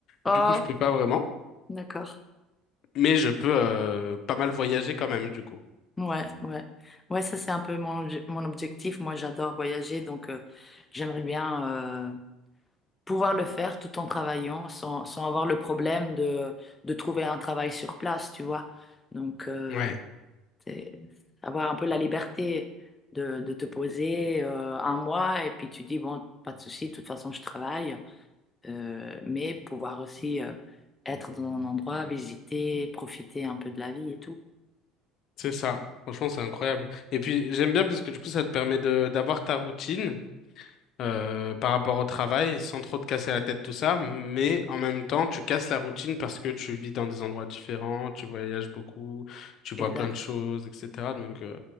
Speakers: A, on the left; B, on the left.
A: Oh,
B: Du coup, je peux pas vraiment.
A: d'accord.
B: Mais je peux euh, pas mal voyager quand même, du coup.
A: Ouais, ouais. Ouais, ça c'est un peu mon, obje- mon objectif. Moi j'adore voyager donc euh, j'aimerais bien euh, pouvoir le faire tout en travaillant sans, sans avoir le problème de, de trouver un travail sur place, tu vois. Donc, euh,
B: Ouais,
A: C'est avoir un peu la liberté de, de te poser euh, un mois et puis tu dis, bon, pas de souci, de toute façon, je travaille, Euh, mais pouvoir aussi euh, être dans un endroit, visiter, profiter un peu de la vie et tout.
B: c'est ça. Franchement, c'est incroyable. Et puis, j'aime bien parce que du coup, ça te permet de d'avoir ta routine euh, par rapport au travail, sans trop te casser la tête, tout ça, mais en même temps, tu casses la routine parce que tu vis dans des endroits différents, tu voyages beaucoup, tu vois
A: Exact.
B: plein de choses, etc. Donc, euh,